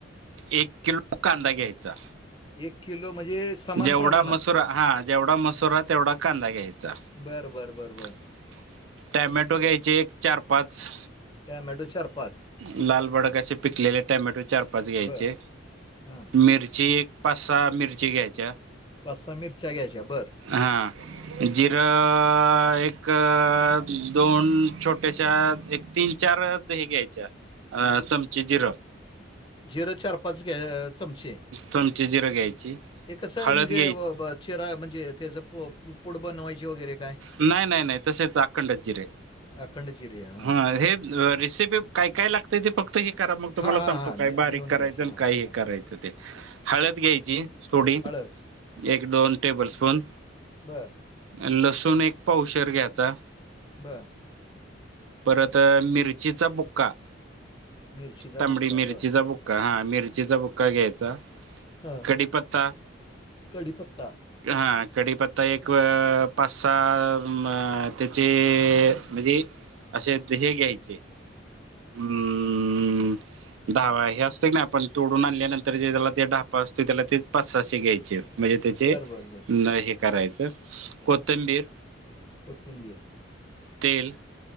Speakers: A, on the right; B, on the left.
A: एक किलो कांदा घ्यायचा.
B: एक किलो म्हणजे? समान
A: जेवढा
B: प्रमाणात
A: मसूरा हा जेवढा मसूरा तेवढा कांदा घ्यायचा.
B: बर बर बर बर
A: <inaudible> टॅमॅटो घ्यायचे एक चार, पाच.
B: टॅमॅटो चार, पाच.
A: लाल भडक असे पिकलेले टमॅटो चार, पाच घ्यायचे
B: बर हा
A: मिरची, - पाच, सहा मिरची घ्यायच्या.
B: पाच, सहा मिरच्या घ्यायच्या बरं.
A: हा. जिरा एक, दोन छोटेश एक तीन, चार ते हे घ्यायच. अ चमचे जिरे.
B: जिरं चार, पाच घ चमचे.
A: चमचे जिरं घ्यायची
B: ते कसं
A: हळद
B: म्हणजे
A: घ्यायची
B: चेरा म्हणजे ते ज पुड बनवायचे वगैरे काय?
A: नाही नाही नाही तसेच अखंड जिरे.
B: अखंड चिरे हां.
A: हा हे रेसिपी, - काय काय लागतंय ते फक्त हे करा मग तुम्हाला
B: हां,
A: सांगतो
B: हां, हां.
A: काय
B: लि
A: बारीक
B: लिहून
A: करायचं
B: घ्यायचं
A: आणि
B: हां,
A: काय हे
B: हां.
A: करायचं. ते हळद घ्यायची थोडी
B: हळद.
A: एक, दोन टेबल स्पून.
B: बंर.
A: आणि लसूण एक पावशर घ्यायचा.
B: बर.
A: परत मिरचीचा बुक्का,
B: मिरचीचा
A: तांबडी
B: बुक्का
A: मिरचीचा
B: बरं.
A: बुक् का हा मिरचीचा बुक्का घ्यायचा,
B: हां.
A: कडीपत्ता, -
B: कढीपत्ता.
A: हा कडीपत्ता एक अ पा- सा मा त्याचे म्हणजे असे हे घ्यायचे हम्म दहावा हे असतो क ना आपण तोडून आणल्यानंतर जे त्याला ते ढहापा असतो त्याला ते पाच सहाशे घ्यायचे म्हणजे त्याचे
B: बरं, बरं, बरं.
A: हे करायचं कोथंबीर,
B: कोथिंबीर,
A: तेल,